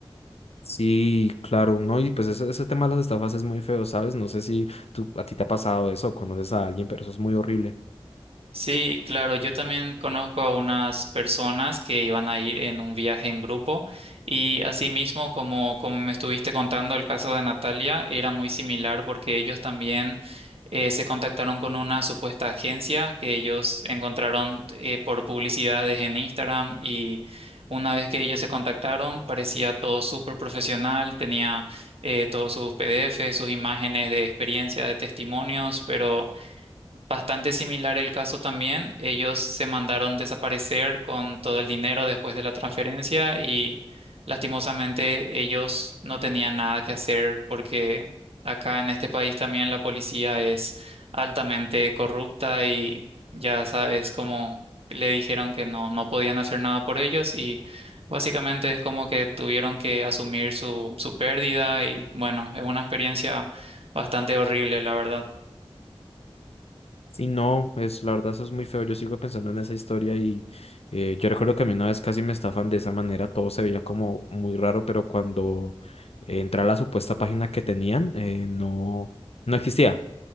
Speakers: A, on the left; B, on the right.
A: Sí, claro, ¿no? Y pues ese, ese tema de las estafas es muy feo, ¿sabes? No sé si tú, a ti te ha pasado eso o conoces a alguien, pero eso es muy horrible.
B: Sí, claro, yo también conozco a unas personas que iban a ir en un viaje en grupo y asimismo, como, como me estuviste contando el caso de Natalia, era muy similar porque ellos también eh, se contactaron con una supuesta agencia que ellos encontraron eh, por publicidades en Instagram y una vez que ellos se contactaron parecía todo súper profesional, tenía eh, todos sus PDF, sus imágenes de experiencia, de testimonios, pero... Bastante similar el caso también. Ellos se mandaron desaparecer con todo el dinero después de la transferencia y lastimosamente ellos no tenían nada que hacer porque acá en este país también la policía es altamente corrupta y ya sabes como le dijeron que no, no podían hacer nada por ellos y básicamente es como que tuvieron que asumir su, su pérdida y bueno, es una experiencia bastante horrible, la verdad.
A: Sí, no, es, la verdad eso es muy feo. Yo sigo pensando en esa historia y eh, yo recuerdo que a mí una vez casi me estafan de esa manera, todo se veía como muy raro, pero cuando eh, entré a la supuesta página que tenían, eh, no, no existía.